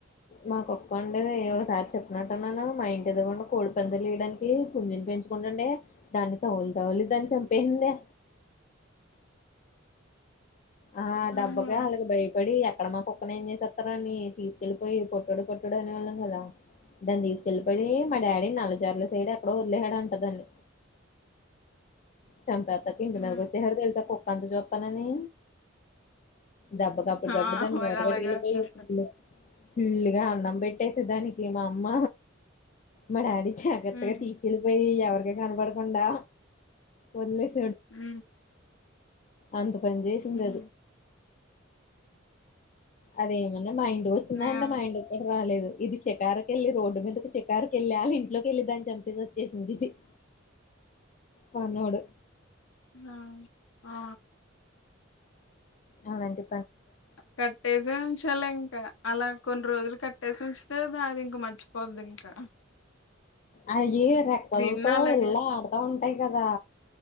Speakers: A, on the left (about 40°); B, on the left (about 80°).
A: మాకొక్క పండగ, ఒకసారి చెప్పినట్టు అన్నానావు మా ఇంటి ఎదగరండా కోడి పందాలు వేయడానికి పుంజింటి పెంచుకుంటండి దాన్ని తౌలు తౌలుద్దని చంపేసింది. ఆ డబ్బక
B: ఆహా!
A: అలాగ భై ఇప్పడి ఎక్కడ మా కుక్కనే ఏం చేసేస్తార అని, తీసుకెళ్ళిపోయి పొట్టుడు పొట్టుడు అనేవాళ్ళం కదా! దాన్ని తీసుకెళ్ళిపోయి మా డాడీ నల్లజార్ల సైడ్ ఎక్కడో వదిలేశాడు అంట దాన్ని చంపేతాక ఇంటి
B: హ్మ్.
A: మీదకు వచ్చేశారా గ కుక్క అంతు చూద్దామని. దెబ్బకప్పుడికప్పుడు
B: ఆ!
A: దాను
B: మరి
A: మూట
B: అలాగే
A: కట్కి వెళ్ళిపోయి
B: వచ్చేస్తారు.
A: ఫలు ఫుల్గా అన్నం పెట్టేసే దానికి మా అమ్మ మా డాడీ జాగ్రత్తగా
B: హ్మ్.
A: తీసుకెళ్ళిపోయి ఎవరిక కనపడకుండా వదిలేస్
B: మ్
A: అంత పని చేసింది
B: మ్
A: అది
B: హూ
A: అదేమన్నా మా ఇంటి కి వచ్చిందా
B: నేను
A: అంటె మా ఇంటి కి కూడా రాలేదు. ఇది షికారకు వెళ్ళి రోడ్డు మీదకి షికారకి వెళ్ళి వాళ్ళ ఇంట్లోకి వెళ్ళి దాన్ని చంపసి వచ్చేసింది ఇది. <inaudible> పనోడు
B: ఆ ఆ
A: అవునండి.
B: కట్టేసాం కూచలే ఇంకా అలా కొన్ని రోజులు కట్టేసి ఉంచే అది ఇంక మర్చిపోద్ ఇంకా
A: అయి రెక్కలతో
B: దీన్ని అలాగే
A: ఇల్లా ఆడుతా ఉంటాయి కదా.